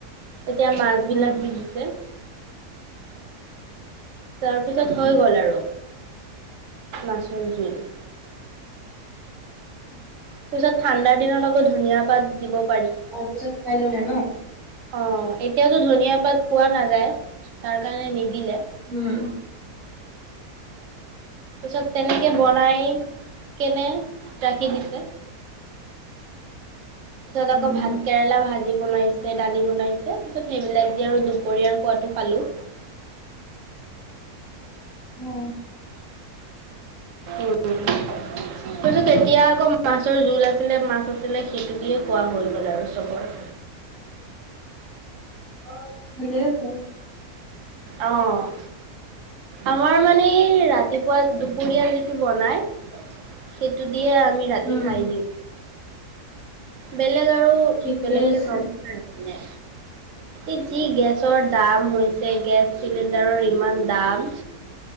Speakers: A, on the right; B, in the centre.
A: তেতিয়া মাছ বিলাক
B: উম
A: দি দিছে। তাৰপিছত হৈ গ'ল আৰু মাছৰ জোল। পিছত ঠাণ্ডাৰ দিনত আকৌ ধনীয়া পাত দিব পাৰি।
B: তাৰপিছত খায় ললে ন?
A: অঁ এতিয়াতো ধনীয়া পাত পোৱা নাযায়, তাৰ কাৰণে নিদিলে।
B: উম।
A: পিছত তেনেকে বনাই কেনে ৰাখি দিছে। পিছত আকৌ
B: উম
A: ভাত কেৰেলা ভা জি বনাইছে দালি বনাইছে, পিছত সেইবিলাক দি আৰু দুপৰীয়াৰ খোৱাটো খালোঁ।
B: অ
A: উম আৰু তেতিয়া আকৌ মাছৰ জোল আছিলে মাছ আছিলে সেইটো দিয়ে খোৱা হৈ গ'ল আৰু চবৰ
B: অ ভালে হল
A: অঁ আমাৰ মানে এই ৰাতিপুৱা দুপৰীয়া যিটো বনাই সেইটো দিয়ে আমি ৰাতি
B: উম
A: খাই দি, বেলেগ আৰু
B: ঠিকেই
A: বেলেগকে
B: আছে
A: ন এই কি গেছৰ দাম হৈছে গেছ চিলিণ্ডাৰৰ ইমান দাম